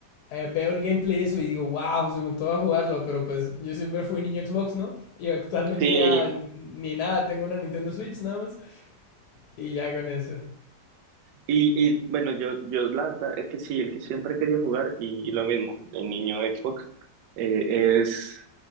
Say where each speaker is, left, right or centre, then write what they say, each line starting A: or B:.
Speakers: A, on the left; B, on the right.
A: eh, veo el gameplay y eso y digo, wow, se me antoja jugarlo, pero pues yo siempre fui niño Xbox, ¿no? Y actualmente
B: Sí,
A: ya ni nada, tengo una Nintendo Switch nada más y ya con eso.
B: y, y bueno, yo, yo la verdad es que sí, el que siempre he querido jugar, y, y lo mismo, el niño Xbox, eh, es